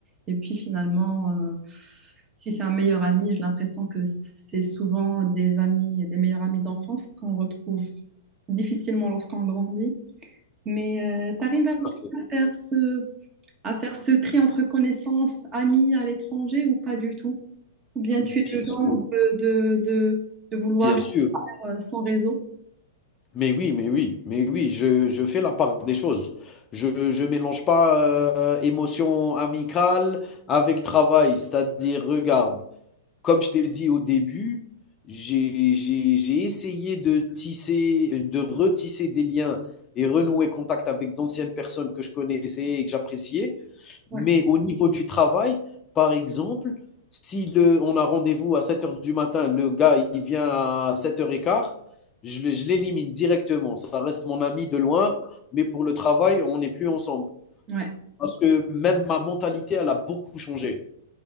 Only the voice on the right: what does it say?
Et puis, finalement, euh, si c'est un meilleur ami, j'ai l'impression que c'est souvent des amis, des meilleurs amis d'enfance qu'on retrouve difficilement lorsqu'on grandit. Mais tu arrives
un petit
peu à faire ce à faire ce tri entre connaissances, amis à l'étranger ou pas du tout? Ou bien
tu es le genre
de, de, de- de vouloir
être
euh, sans réseau?
Ouais.
Ouais.